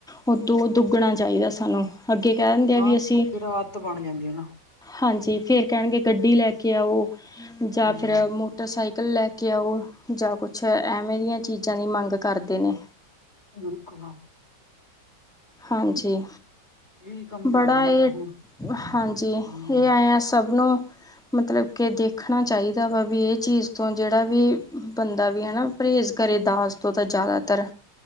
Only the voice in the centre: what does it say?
ਉਦੋ ਦੁੱਗਣਾ ਚਾਹੀਦਾ ਸਾਨੂੰ ਅੱਗੇ ਕਹਿ ਦਿੰਦੇ
ਆ ਵੀ ਅਸੀਂ
ਹਾਂਜੀ, ਫੇਰ ਕਹਿਣਗੇ ਗੱਡੀ ਲੈ ਕੇ ਆਓ,
ਜਾਂ ਫਿਰ ਮੋਟਰਸਾਈਕਲ ਲੈ ਘਉ ਜਾਂ ਕੁਛ ਐਵੇਂ ਦੀਆਂ ਚੀਜ਼ਾਂ ਦੀ ਮੰਗ ਕਰਦੇ ਨੇ।
ਹਾਂਜੀ।
ਬੜਾ
ਇਹ
ਹਾਂਜੀ
ਇਹ ਐ ਆ ਸਭ ਨੂੰ ਮਤਲਬ ਕਿ ਦੇਖਣਾ ਚਾਹੀਦਾ ਵਾ ਵੀ ਇਹ ਚੀਜ਼ ਤੋਂ ਜਿਹੜਾ ਵੀ ਬੰਦਾ ਵੀ ਹੈ ਨਾ ਪਰਹੇਜ਼ ਕਰੇ ਦਾਜ਼ ਤੋਂ ਤਾਂ ਜ਼ਿਆਦਾਤਰ।